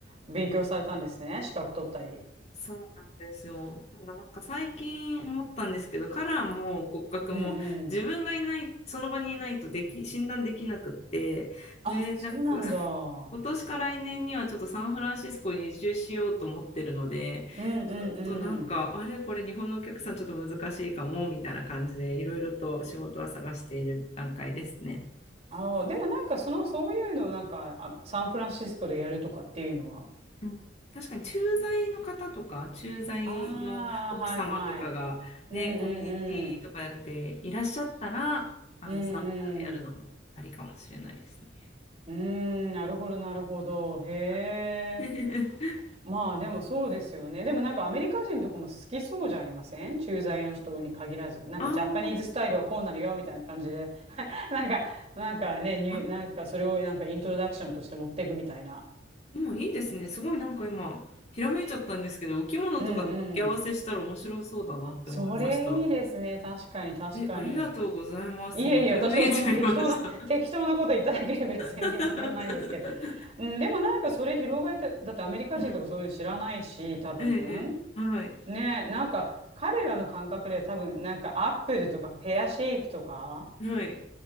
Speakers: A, on the right (about 35°); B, on the left (about 35°).
A: 勉強されたんですね。資格取ったり。
B: そうなんですよ。ただなんか最近思ったんですけど、カラーも骨格も自分がいない、
A: うんうん。
B: その場にいないとでき、診断できなくって、
A: あ、
B: で、
A: そうなんだ。
B: なんか <laughs>
A: うん
B: 今年か来年にはちょっとサンフランシスコに移住しようと思ってるので、
A: うんう
B: ちょっとなんか、
A: ん。
B: あれ、これ日本のお客さんちょっと難しいかも、みたいな感じでいろいろと仕事は探している段階ですね。
A: ああ、でもなんかその、そういうのをなんか、あ、サンフランシスコでやるとかっていうのは。
B: うん確かに駐在の方とか、駐在の奥様とかがね、
A: ああ、はいはい。うんうんうん。
B: コミュニティとかでいらっしゃったら、あの、
A: うん
B: 参加でやるのもありかもしれないですね。
A: うーん、なるほど、なるほど。へえ。
B: はい <laughs>
A: まあ、でもそうですよね。でもなんかアメリカ人とかも好きそうじゃありません駐在の人に限らず。なんかジャパニーズスタイルはこうなのよ、
B: あー
A: みたいな感じで。<laughs> なんか、なんかね、ニュなんかそれをなんかイントロダクションとして持っていくみたいな。
B: あ、今いいですね。すごいなんか今、ひらめいちゃったんですけど、お着物とかと掛け合わせしたら面白そうだなって思いました。
A: うんうん。それいいですね。確かに、確かに。
B: え、ありがとうございます。
A: いえいえ、
B: 今、ひらめいちゃいました。
A: 私はそんな適当な、適当なこと言っただけで別に
B: <laughs>
A: <laughs> 何でもないんですけど。うん、でもなんかそれ広がって、だってアメリカ人とかそういうの知らないし、
B: うん。
A: 多分。
B: ええ、ええはい。
A: ねえ、なんか彼らの感覚では多分、なんかアップルとかペアシェイプとか、
B: はい。